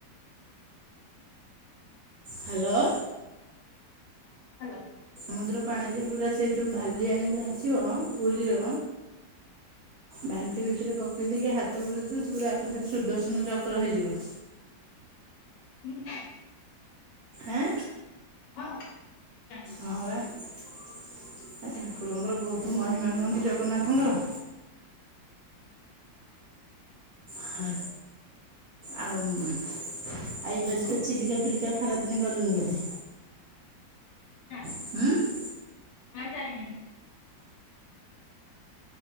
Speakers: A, on the right; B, on the left.
A: ହ୍ୟାଲୋ?
B: ହାଲୋ।
A: ସମୁଦ୍ର ପାଣିରେ ପୁରା ସେଇଠୁ ବାଲି ଆଣିକି ଆସିବ ପୁରୀର ବାଲ୍ଟି ଭିତରେ ପକେଇ ଦେଇକି ହାତ ବୁଳେଇଥିବ ସେ ପୁରା ଏକାଥରେ ସୁଦର୍ଶନ ଚକ୍ର ହେଇଯିବ।
B: ହୁଁ।
A: ଆଁ?
B: ହଁ ନା
A: ହଁ ବା ଆ ଠାକୁରଙ୍କର ବହୁତ୍ ମହିମା ନୁହଁ କି ଜଗନ୍ନାଥଙ୍କର। ହଁ ଆଉ ଆଇ <unintelligible> ଚିଲିକା ଫିଲିକା ଖରାଦିନେ ଗଲୁନି ବୋଧେ?
B: ନା।
A: ଉଁ?
B: ନା ଯାଇନି ନା।